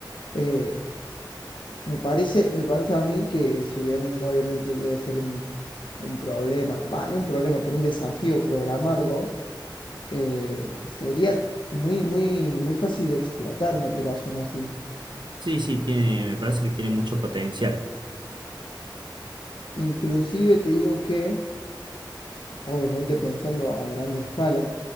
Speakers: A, on the left; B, on the right.
A: Eh, me parece, me parece a mí que si bien obviamente debe ser un, un problema, va, no un problema, pero un desafío programarlo, eh, sería muy, muy, muy fácil de explotar una aplicación así.
B: Sí, sí, tiene, me parece que tiene mucho potencial.
A: Inclusive te digo que, obviamente pensando a, a grande escala,